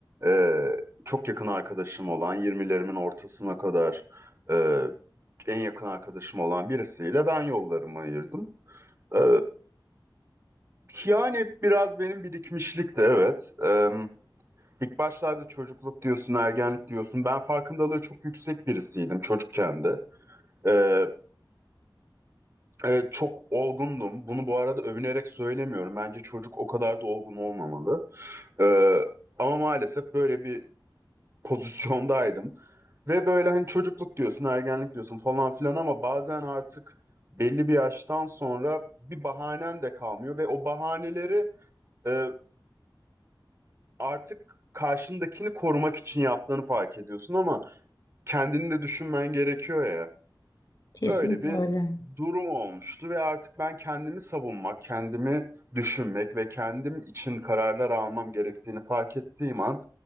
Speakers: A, on the right (about 30°); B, on the left (about 50°).
A: e, çok yakın arkadaşım olan yirmilerimin ortasına kadar e, en yakın arkadaşım olan birisiyle ben yollarımı ayırdım. Ee, yani biraz benim birikmişlik de evet. Ee, ilk başlarda çocukluk diyorsun, ergenlik diyorsun. Ben farkındalığı çok yüksek birisiydim çocukken de. Ee, e, çok olgundum. Bunu bu arada övünerek söylemiyorum. Bence çocuk o kadar da olgun olmamalı. Ee, ama maalesef böyle bir pozisyondaydım. Ve böyle hani çocukluk diyorsun, ergenlik diyorsun falan filan ama bazen artık belli bir yaştan sonra bir bahanen de kalmıyor ve o bahaneleri e, artık karşındakini korumak için yaptığını fark ediyorsun ama kendini de düşünmen gerekiyor ya.
B: <laughs> Kesinlikle
A: Böyle bir
B: öyle.
A: durum olmuştu ve artık ben kendimi savunmak, kendimi düşünmek ve kendim için kararlar almam gerektiğini fark ettiğim an